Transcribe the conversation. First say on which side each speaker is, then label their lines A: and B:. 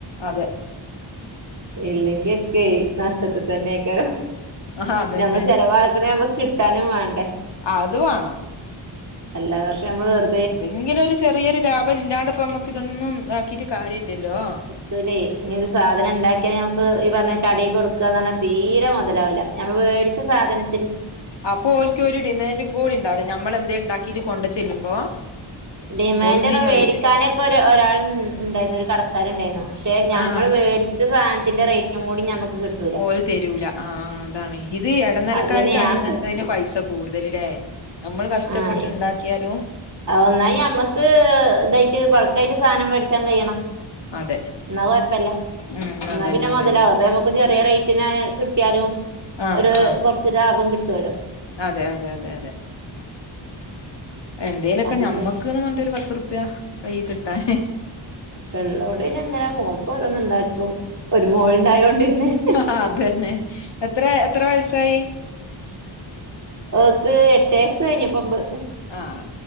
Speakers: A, on the left; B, on the right.
A: അതെ.
B: ഇല്ലെങ്കി ഒക്കെ നഷ്ടത്തിൽ തന്നെ ആക്കാരം
A: ആഹ് അതന്നെ
B: നമ്മൾ ചെിലവാക്കണ നമ്മക്ക് കിട്ട് തനും വേണ്ടേ?
A: അത് വാണം.
B: അല്ലാതെ പ നമ്മള് വെർ
A: എന്തെങ്കിലും ഒരു ചെറിയൊരു ലാഭം ഇല്ലാണ്ട്പ്പോ നമ്മുക്ക ഇതൊന്നും ഇൻണ്ടാക്കിട്ട് കാര്യ ഇല്ലല്ലോ.?
B: പ്ല്ലേ ഇനിത് സാധനം ണ്ടാക്കിയാ നമക്ക് ഈ പറഞ്ഞ കടയി കൊട്ക്ക പറഞ്ഞാല്തീരെ മുതലാവൂല്ല. നമ്മള് മേടിച്ച സാധനം
A: അപ്പൊ ഓൽക്ക് ഒരു ഡിമാൻഡും കൂടി ഉണ്ടാവില്ല നമ്മള് എന്തേലും ണ്ടാക്കീട്ട് കൊണ്ട് ചെല്ലുമ്പോ
B: ഡിമാൻഡ്
A: ഒന്നിനും
B: മേടിക്കാനൊക്കെ
A: ഒരു ഡിമാൻഡ്
B: ഒ ഒരാൾ ഉണ്ടായിരുന്നു ഒരു കടക്കാർ ഉണ്ടായിരുന്നു ക്ഷെ നമ്മള്
A: ആഹ്
B: മേടിച്ച സാധനത്തിന്റെ റേറ്റും കൂടി നമ്മുക്ക് കിട്ടും.
A: ഓല് തരൂല ആ അതാണ് ഇത് ഇടനിലക്കാർക്കാണ്
B: അപ്പൊ പിന്നെ ഞാൻ
A: ഇങ്ങനത്തെതിന്
B: കൊടു
A: പൈസ കൂടുതല് ല്ലേ? നമ്മള് കഷ്ടപ്പെട്ട്
B: ആഹ്
A: ണ്ടാക്കിയാലും.
B: ഒന്നായി ഞമ്മക്ക് ഇതായിട്ട് പള്ക്കായിട്ട് സാധനം മേടിച്ചാൻ കഴിയണം.
A: അതെ
B: ന്നാ കുഴപ്പല്ല
A: ഉം
B: ന്നാ
A: അതന്നെ
B: പിന്നെ മുതലാവും
A: അതന്നെ
B: അപ്പോ നമുക്ക് ചെറിയ റേറ്റിന് കിട്ടിയാലും
A: ആഹ്
B: ഒരു
A: ആഹ്
B: കുറച്ച് ലാഭം കിട്ടുവല്ലോ.?
A: അതെ അതെ അതെ അതെ. എന്തേലൊക്കെ
B: അതില്ല
A: ഞമ്മക്ക്ന്ന് പറഞ്ഞിട്ട് ഒരു പത്ത്റുപ്യ കൈ കിട്ടാനേ
B: പ ള്ളോണ്ട്ന്നെ ങ്ങനെ മോക്ക് ഓരോന്ന് ഇണ്ടാക്കും ഒരു മോള് ണ്ടായൊണ്ട് പിന്നെ ----
A: ആ അത് തന്നെ എത്ര എത്ര വയസായി?
B: ഓൾക്ക് എട്ട് വയസ് കഴിഞ്ഞ് പ്പൊഒമ്പ്.
A: ആഹ.